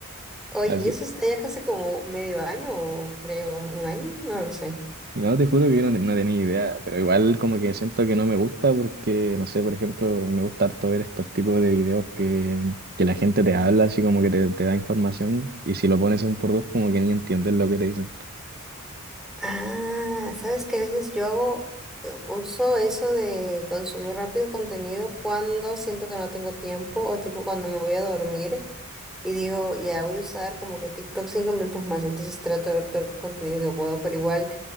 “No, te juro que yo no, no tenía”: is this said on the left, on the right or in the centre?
Right